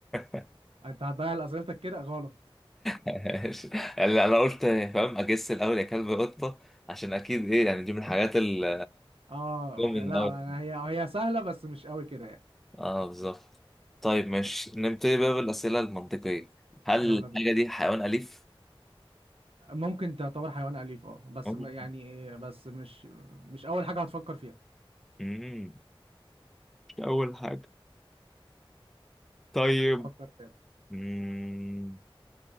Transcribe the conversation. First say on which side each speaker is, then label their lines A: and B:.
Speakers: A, in the centre; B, on the right (about 80°).
A: <laughs>
B: انت هتضيع اسئلتك كده غلط
A: ماشي. يعني أنا قلت فاهم أجس الأول يا كلب قطة عشان أكيد إيه يعني دي من الحاجات ال
B: اه
A: من
B: لا
A: أول
B: أنا هي هي سهله بس مش قوي كده يعني
A: آه بالظبط طيب ماشي نبتدي بقى بالأسئلة المنطقية هل
B: يلا
A: الحاجة
B: بينا
A: دي حيوان أليف؟
B: ممكن تعتبر حيوان اليف اه بس
A: ممكن
B: م- يعني إيه، بس مش مش اول حاجه هتفكر فيها
A: مم. مش أول حاجة طيب
B: فكر تاني
A: مم.